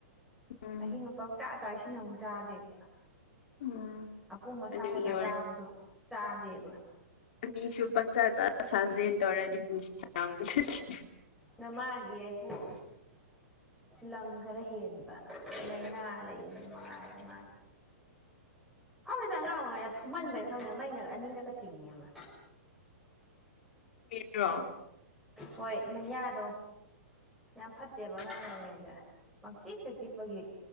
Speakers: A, on the left; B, in the centre.
A: ꯎꯝ
B: ꯑꯍꯤꯡ ꯑꯃ ꯄꯛ ꯆꯥꯛ ꯆꯁꯤꯅ ꯑꯃꯨꯛ ꯆꯥꯗꯦꯕ
A: ꯎꯝ
B: ꯑꯄꯣ ꯑꯁꯥ
A: ꯑꯗꯨꯒꯤ
B: ꯀꯩꯀꯥ ꯆꯥꯕꯗꯣ ꯆꯥꯗꯦꯕ
A: ꯑ ꯃꯤꯁꯨ ꯄꯪꯆꯥ ꯆꯥ ꯁꯥꯖꯦꯜ ꯇꯧꯔꯗꯤ ꯄꯨꯟꯁꯤ ꯁꯥꯡꯕꯁꯨ
B: ꯅꯃꯒꯦ ꯑꯩꯕꯨꯣ ꯂꯪꯒꯔ ꯍꯦꯟꯕ ꯑꯥꯏꯩꯅꯂ ꯃꯥꯔ ꯃꯥ ꯍꯧꯖꯤꯗ ꯑꯉꯥꯡ ꯑꯣꯏꯔꯤꯉꯩꯗ ꯐꯨꯝꯍꯟꯕꯩꯅ ꯈꯪꯗꯦꯅ ꯃꯩꯅ ꯑꯅꯤꯔꯀ ꯆꯤꯡꯉꯦ ꯑꯃ
A: ꯃꯤ꯭ꯔꯣ
B: ꯍꯣꯏ ꯃꯩꯌꯥꯗꯣ ꯌꯥꯝ ꯐꯠꯇꯦꯕ ꯉꯥꯡꯕꯉꯅ ꯗ ꯄꯪꯆꯤꯛꯇ ꯆꯤꯛꯄꯒꯤ